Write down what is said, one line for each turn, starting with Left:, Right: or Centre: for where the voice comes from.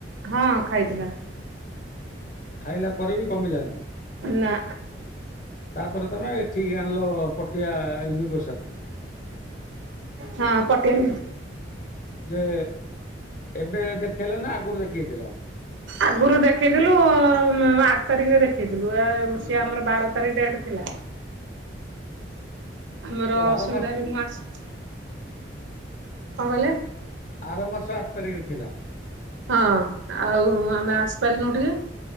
Right: ହଁ ଖାଇଥିଲା।
Left: ଖାଇଲା ପରେ ବି କମିଲାନି।
Right: ନା।
Left: ତାପରେ ତମେ ଏଠିକି ଆଣିଲ ପଟିଆ ଏଲ ବି ବସି <unintelligible>
Right: ହଁ ପଟିଆ
Left: ଯେ ଏବେ ଦେଖେଇଲ ନା ଆଗରୁ ଦେଖିେଇଥିଲ?
Right: ଆଗରୁ ଦେଖେଇଥିଲୁ ଉ ମା ତାରିଖରେ ଦେଖେଇଥିଲୁ ଏ ଆମର ବାର ତାରିଖ ଡେଟ ଥିଲା। ଆମର
Left: ଓ ଆର
Right: ଅସୁବିଧା
Left: ମାସ
Right: ରୁ ମୁ ଆସି କଣ କହିଲେ?
Left: ଆର ମାସ ଆଠ ତାରିଖରେ ଥିଲା।
Right: ହଁ ଆଉ ଆମେ ଆସିପାରିନୁ ଟିକେ